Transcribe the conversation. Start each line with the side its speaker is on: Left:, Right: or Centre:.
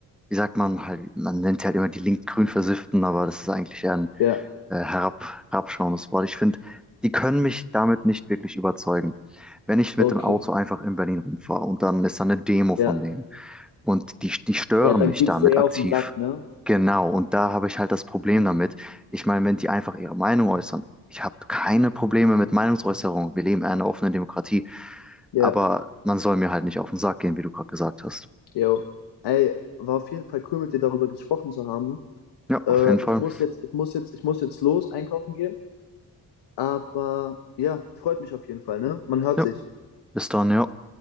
Centre: wie sagt man halt, man nennt sie halt immer die link-grün Versifften, aber das ist eigentlich eher ein
Left: ja,
Centre: äh, herab, herabschauendes Wort. Ich finde, die können mich damit nicht wirklich überzeugen, wenn ich mit
Left: okay,
Centre: dem Auto einfach in Berlin rumfahre und dann ist da eine Demo von
Left: ja.
Centre: denen. Und die, die stören
Left: Ja, dann
Centre: mich
Left: geht's
Centre: damit
Left: dir eher
Centre: aktiv.
Left: auf den Sack, ne?
Centre: Genau, und da habe ich halt das Problem damit. Ich meine, wenn die einfach ihre Meinung äußern, ich habe keine Probleme mit Meinungsäußerung. Wir leben in einer offenen Demokratie,
Left: Ja,
Centre: aber man soll mir halt nicht auf den Sack gehen, wie du gerade gesagt hast.
Left: jo. Ey, war auf jeden Fall cool, mit dir darüber gesprochen zu haben.
Centre: Ja,
Left: Äh,
Centre: auf jeden Fall.
Left: ich muss jetzt, ich muss jetzt, ich muss jetzt los einkaufen gehen. Aber ja, freut mich auf jeden Fall, ne? Man hört
Centre: Ja,
Left: sich.
Centre: bis dann, ja.